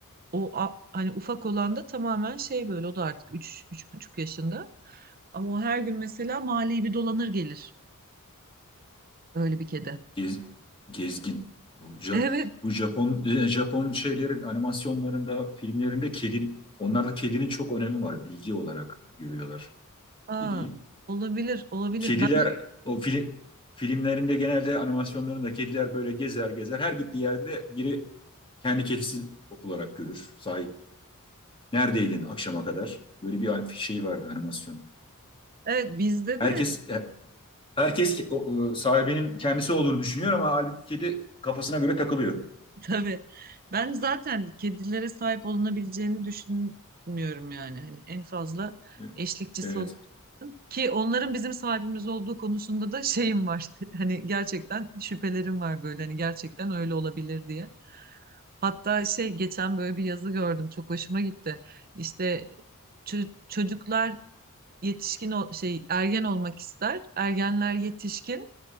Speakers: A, on the right; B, on the left.
A: o a- hani ufak olan da tamamen şey böyle o da artık üç, üç buçuk yaşında. Ama o her gün mesela mahalleyi bir dolanır gelir öyle bir kedi.
B: Gez, gezgin. Bu Ja-
A: <laughs> Evet.
B: bu Japon e, Japon şeylerin animasyonlarında, filmlerinde kedi onlarda kedinin çok önemi var. Bilgi olarak görüyorlar
A: Aa,
B: kediyi.
A: olabilir olabilir.
B: Kediler
A: Ben,
B: o film filmlerinde genelde animasyonlarında kediler böyle gezer gezer her gittiği yerde de biri kendi kedisi olarak görür sahip. Neredeydin akşama kadar? Böyle bir şey vardı animasyon.
A: evet bizde
B: Herkes
A: de
B: e, herkes ke- o- e, sahibinin kendisi olduğunu düşünüyor ama halbuki kedi kafasına göre takılıyor.
A: Tabii. Ben zaten kedilere sahip olunabileceğini düşünmüyorum yani. Hani en fazla
B: E,
A: eşlikçisi
B: Evet,
A: olur. Ki onların bizim sahibimiz olduğu konusunda da şeyim var. <laughs> Hani gerçekten şüphelerim var böyle. Hani gerçekten öyle olabilir diye. Hatta şey geçen böyle bir yazı gördüm. Çok hoşuma gitti. İşte çö- çocuklar yetişkin ol- şey ergen olmak ister. Ergenler yetişkin.